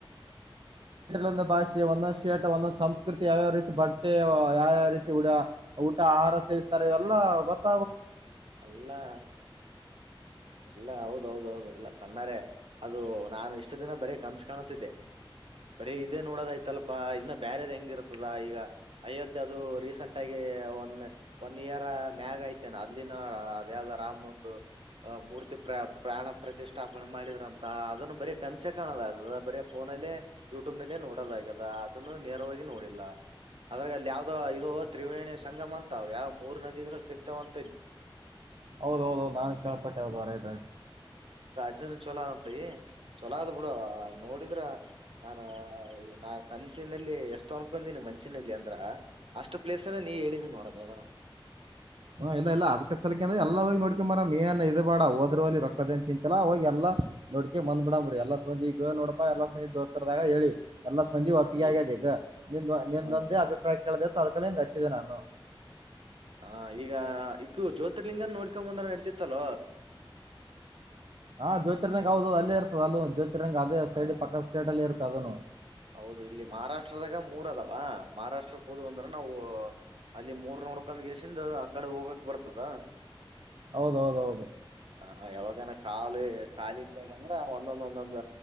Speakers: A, on the right; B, on the right.
A: ಒಂದು ಭಾಷೆ ಒಂದೊಂದು ಶೇಟ್ ಒಂದೊಂದು್ ಸಂಸ್ಕೃತಿ ಯಾವ್ಯಾವ ರೀತಿ ಬಟ್ಟೆ ಯಾವ್ಯಾವ ರೀತಿಊ ಊಟ ಆಹಾರ ಸೇವಿಸ್ತಾರೆ ಇವೆಲ್ಲ ಮತ್ತ
B: ಎಲ್ಲಾ ಎಲ್ಲಾ ಹೌದು ಹೌ ಹೌದೌದು ಇಲ್ಲ ಕಣ್ಣಾರೆ ಅದು ನಾನು ಇಷ್ಟ ದಿನ ಬರೀ ಕನ್ಸ ಕಾಣತಿದ್ದೆ ಬರೀ ಇದೇ ನೋಡೋದಯ್ತಲ್ಲಪಾ ಇನ್ನ ಬ್ಯರೆದ್ ಹೆಂಗ ಇರುತದ ಈಗ ಅಯೋಧ್ಯೆ ಅದು ರೀಸೆಂಟ್ ಆಗ ಒನ್ ಒನ್ ಇಯರ್ ಮ್ಯಾಗ ಐತೆೇನೆ ಅಲ್ಲಿನ ಅದ ಯಾವ್ದ ರಾಮ್ ಒಂದು ಮೂರ್ತಿ ಪ್ರ ಪ್ರಾಣ ಪ್ರತಿಷ್ಠಾಪನೆ ಮಾಡಿದ್ರಂತ ಅದನ್ನು ಬರೀ ಕನಸೆ ಕಾಣೋದದ ಬರ ಫೋನಲ್ಲೇ ಯೂಟ್ಯೂಬ್ ನಲ್ಲೇ ನೋಡೋದಾಗದ ಅದನ್ನು ನೇರವಾಗಿ ನೋಡಿಲ್ಲ ಅದ್ರ ಅಲ್ಲಿ ಯಾವ್ದೋ ಇದು ತ್ರಿವೇಣಿ ಸಂಗಮ ಅಂತ ಯಾವ ಮೂರು ನದಿಗಳು ಕಿತವು ಅಂತ ಇಲ್ಲಿ
A: ಹೌದೌದೌದು ನಾನ್ ಕಪಟ್ಟ ರತ
B: ಅನ್ ಚೊಲೋ ಅಂತ ಈ ಚಲೋ ಅದ್ ಬಿಡು ನೋಡಿದ್ರ ನಾನ ನಾ ಕನ್ಸಿನಲ್ಲಿ ಎಷ್ಟು ಅನ್ಕನಿ ಮನ್ಸಿನಲ್ಲಿ ಅಂದ್ರ ಅಷ್ಟು ಪ್ಲೇಸ್ ಅನ ನೀ ಹೇಳಿದೀನಿ ನೋಡೋಣನ
A: ಹ ಇಲ್ಲ ಇಲ್ಲ ಅದಕ ಸಲಕ ಅ್ರ ಎಲ್ಲ ಹೋಗ ನೋಡ್ಕೊ ಮರ ಮೇನ್ ಡ ಓದ್ರೋಿ ರೊಕ್ಕದ ಚಿ ಇಲ್ಲಾ ಹೋಗಿ ಎಲ್ಲಾ ನೋಡ್ಕೆ ಬಂದ್ ಬಿಡಂಬಿ ಎಲ್ಲ ಸಂಬಂದಿಗ ನೋಡಪಾ ಎಲ್ಲಾ ಸಂಂದ ದೋಸ್ತರದಾಗ ಹೇಳಿ ಎಲ್ಲಾ ಸ್ಪಂದಿ ಒಪ್ಪಿಗೆಿ
B: ಹೌದು
A: ಆಗ್ಯದ ಈಗ ನಿ ನಿಂದೊಂದೇ
B: ಹ್ಮ್
A: ಅಭಿಪ್ರಾಯ ಳ ತೊಕಳ ಕಚ್ಚಿದೆ ನಾನು
B: ಹ ಈಗ ಈಕೂ ಜ್ಯೋತಿರ್ಲಿಂಗನ ನೋಡ್ಕೊ ಬಂದ್ರ ನಡ್ತಿತ್ತಲ್
A: ಹಾ ಜ್ಯೋತಿರ್ನಗ್ ಹೌದು ಅಲ್ಲೇ ಇರ್ತದೆ ಅ ಜ್ಯೋತಿ ಅದು ಸೈಡ್
B: ಆ
A: ಪಕ್ಕದ
B: ಮತ್
A: ಸ್ಟೇಟಲ್ಲಿರುು ತದನು
B: ಹೌದು ಇಲ್ಲಿ ಮಹಾರಾಷ್ಟ್ರದಾಗ ಮೂರ ಅದಾವ ಮಹಾರಾಷ್ಟ್ರ ಓದ ಅಂದ್ರ ನಾವು ಅಲ್ಲಿ ಮೂರ್ ನೋಡ್ಕೊಂಡ್ ಗೇಸಿಂದ ಆ ಕಡೆ ಹೋಗಕ್ ಬರ್ತದ
A: ಹೌದೌದೌದು
B: ಹ ಹ ಯಾವಾಗಏನ ಕಾಾಲ ಕಾಲ ಇದ್ದಾಗ ಅಂದ್ರ ಒಂದೊಂದ ಒಂದೊಂದ್